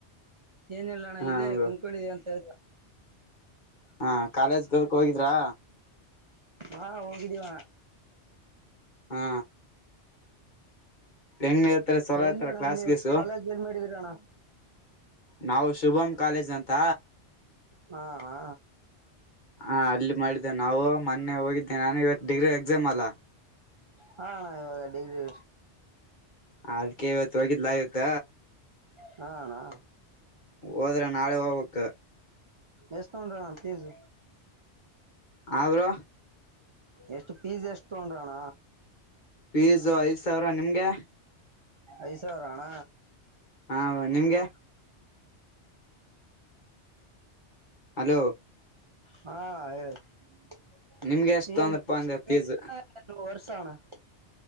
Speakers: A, on the right; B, on the left.
A: ಏನಲ್ಲಣ್ಣ
B: ಹಾ
A: ಇೇ
B: ಬ್ರೋ
A: ಕುಂಕೊಂಡಿದ್ದ ಅಂತ ಹಳ್ತ
B: ಹಾ ಕಾಲೇಜ್ಗಕ್ ಹೋಗಿದ್ರಾ
A: ಹಾ ಹೋಗಿದ್ದೀವಾ
B: ಹಾ ಹೆಂಗ್ ಇತಾರೆ ಸ್ವಲ
A: ಎಲ್ಲಿ
B: ಇರ್ತಾರ
A: ಅಣ್ಣ
B: ಕ್ಲಾಸ್
A: ನೀವು
B: ಗಸು
A: ಕಾಲೇಜ್ ಏನ್ ಮಾಡಿದೀರ ಅಣ್ಣ
B: ನಾವು ಶುಭಮ್ ಕಾಲೇಜ್ ಅಂತ
A: ಹಾ ಹಾ
B: ಹಾ ಅಲ್ಲಿ ಮಾಡಿದ್ದೆ ನಾವು ಮೊನ್ನೆ ಹೋಗಿದ್ದೇ ನಾನು ಇವತ್ತು ಡಿಗ್ರಿ ಎಕ್ಸಾಮ್ ಅಲ್ಲ
A: ಹಾ ಅಣ್ಣ ಇವಾಗ ಡಿಗ್ರಿ
B: ಅದ್ಕೆ ಇವತ್ತು ಹೋಗಿದ್ನಾ ಇವತ್ತ
A: ಹ ಅಣಾ
B: ಓದರೆ ನಾಳೆ ಓಬೇಕ
A: ಎಸ್ತಗೂಂಡ್ರನ ಪೀಸ್
B: ಹ ಬ್ರೋ
A: ಎಷ್ಟು ಪೀಜ ಎಷ್ಟು ತಗೊಂಡ್ರಣ್ಣ
B: ಫೀಸ್ ಐದ್ ಸಾವಿರ ನಿಮ್ಗೆ
A: ಐದು ಸಾವಿರಣ್ಣ
B: ಹಾ ನಿಮ್ಗೆ ಹಲೋ
A: ಹಾ ಆಯ್ತುನ್ರ್ಷ
B: ನಿಮ್ಗೆ ಎಷ್ಟು ತೊಂದ್ರಪ್ಪಾ ಅಂದೆ ಫೀಸ್
A: <unintelligible> ಸಣ <unintelligible>